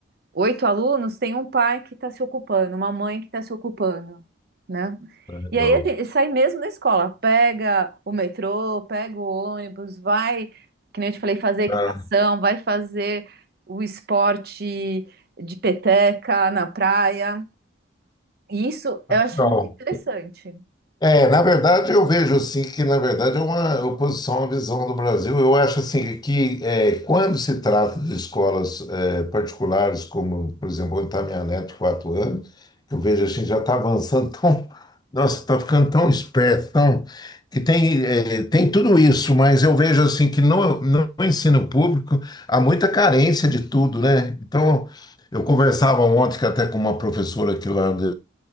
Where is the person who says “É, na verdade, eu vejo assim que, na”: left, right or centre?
Left